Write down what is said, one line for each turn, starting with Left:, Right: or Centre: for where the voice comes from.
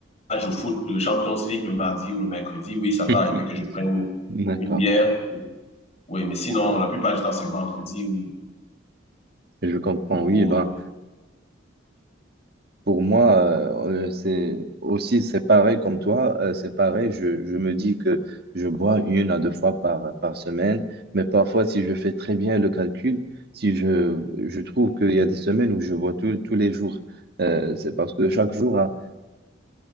Left: match au foot de Champions League le mardi ou le mercredi, oui, ça peut
Right: <laughs>
Left: arriver que je prenne
Right: D'accord,
Left: une bière. Oui, mais sinon, la plupart du temps, c'est vendredi ou,
Right: je comprends.
Left: ou,
Right: Oui, ben,
Left: euh,
Right: Pour moi, euh, euh, c'est aussi c'est pareil comme toi, euh, c'est pareil. Je, je me dis que je bois une à deux fois par, par semaine, mais parfois, si je fais très bien le calcul, si je, je trouve qu'il y a des semaines où je bois tout- tous les jours, euh, c'est parce que chaque jour a,